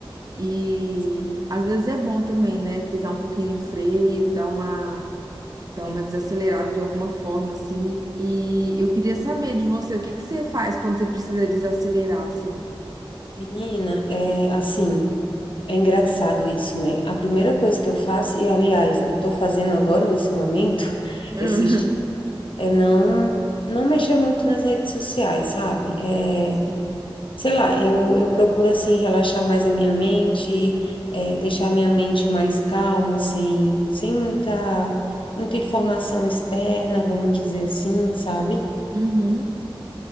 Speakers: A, on the right (about 40°); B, on the left (about 65°).
A: E
B: Sim,
A: às vezes é bom também, né? Pisar um pouquinho no freio, dar uma dar
B: né?
A: uma desacelerada de alguma forma, assim. E eu queria saber de você, o que que você faz quando você precisa desacelerar, assim?
B: Menina, é assim, é engraçado isso, né? A primeira coisa que eu faço, e aliás, eu tô fazendo agora nesse momento, <laughs>
A: <laughs>
B: esses, di- é não não mexer muito nas redes sociais, sabe? É
A: Sim.
B: sei lá, eu, eu procuro assim relaxar mais a minha mente, eh, deixar a minha mente mais calma, sem, sem muita, muita informação externa, vamos dizer assim, sabe?
A: Uhum.